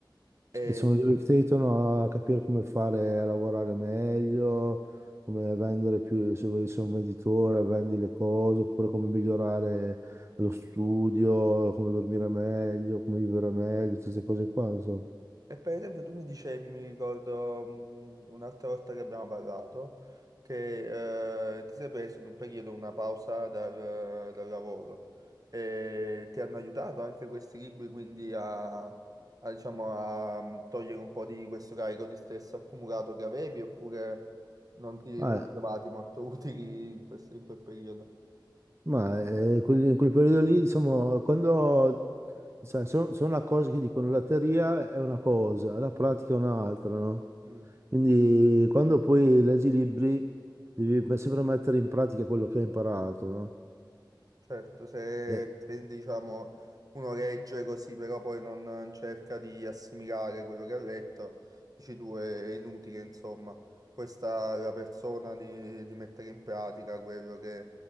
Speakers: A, on the right; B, on the right.
A: E,
B: Sì, sono due che ti aiutano a capire come fare a lavorare meglio, come vendere più, se vuoi essere un venditore, vendi le cose, oppure come migliorare lo studio, come dormire meglio, come vivere meglio, tutte queste cose qua, insomma.
A: E per esempio tu mi dicevi, mi ricordo mh, un'altra volta che abbiamo parlato, che eh, ti sei preso in un periodo una pausa dal, dal lavoro e ti hanno aiutato anche questi libri quindi a, a, diciamo, a mh, togliere un po' di questo carico di stress accumulato che avevi oppure non ti,
B: Ah,
A: non ti trovati molto <laughs> utili in questo- in quel periodo?
B: ma eh, quelli- in quel periodo lì, diciamo, quando sai, sono una cosa che dicono la teoria è una cosa, la pratica è un'altra, no?
A: Mm.
B: Quindi quando poi leggi i libri devi sempre mettere in pratica quello che hai imparato, no?
A: Certo, se,
B: Eh,
A: se, diciamo uno legge così, però poi non cerca di assimilare quello che ha letto, dici tu è, è inutile, insomma. Poi sta la persona di, di mettere in pratica quello che